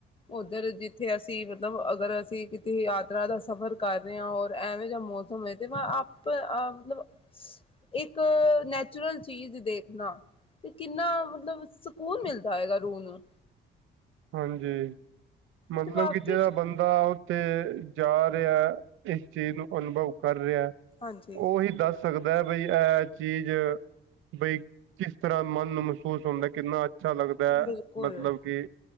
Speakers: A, on the left; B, on the right.
A: ਉੱਧਰ ਜਿੱਥੇ ਅਸੀ, ਮਤਲਬ ਅਗਰ ਅਸੀ ਤੇ ਯਾਤਰਾ ਦਾ ਸਫ਼ਰ ਕੱਰ ਰੇਆ ਆ, ਔਰ ਐਵੇਂ ਜਯਾ ਮੌਸਮ ਹੋਏ, ਤੇ ਮ ਆੱਪ ਆਪ ਮਤਲਬ ਇੱਕ ਨੈਚੁਰਲ ਚੀਜ਼ ਦੇਖਣਾ। ਤੇ ਕਿੰਨਾ ਮਤਲਬ, ਸਕੂਨ ਮਿਲਦਾ ਹੋਏਗਾ ਰੂਹ ਨੂੰ?
B: ਹਾਂਜੀ, ਮਤਲਬ
A: ਤੇ ਵਾਕਿਆ
B: ਕਿ ਜਿਹੜਾ
A: ਚ
B: ਬੰਦਾ ਉੱਥੇ ਜਾ ਰਿਆ ਇਸ ਚੀਜ਼ ਨੂੰ ਅਨੁਭਵ ਕਰ ਰੇਆ,
A: ਹਾਂਜੀ
B: ਉਹੀ ਦੱਸ ਸਕਦਾ ਏ, ਬਈ ਐ ਚੀਜ਼, ਬਈ ਕਿਸ ਤਰਾ ਮੰਨ ਨੂੰ ਮਹਿਸੂਸ ਹੁੰਦਾ, ਕਿੰਨਾ ਅੱਛਾ ਲੱਗਦਾ
A: ਬਿਲਕੁਲ
B: ਏ, ਮਤਲਬ ਕਿ